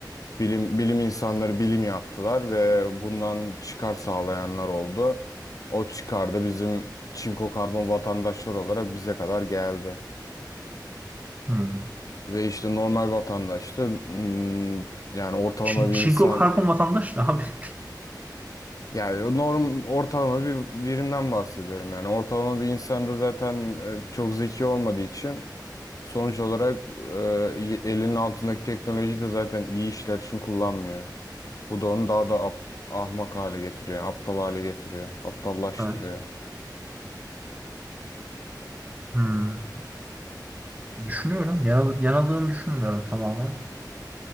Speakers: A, on the left; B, on the right.
A: Bilim, bilim insanları bilim yaptılar ve bundan çıkar sağlayanlar oldu. O çıkar da bizim çinko karbon vatandaşlar olarak bize kadar geldi.
B: Hmm.
A: Ve işte normal vatandaş da mm, yani ortalama
B: Çin,
A: bir
B: Çinko
A: insan
B: karbon vatandaş ne abi? <laughs>
A: yani norm ortalama bir birinden bahsediyorum yani ortalama bir insan da zaten e, çok zeki olmadığı için sonuç olarak e, elinin altındaki teknolojiyi de zaten iyi işler için kullanmıyor. Bu da onu daha da ap- ahmak hale getiriyor, aptal hale getiriyor, aptallaştırıyor.
B: Evet. Hmm. Düşünüyorum. Yanıl, yanıldığını düşünmüyorum tamamen.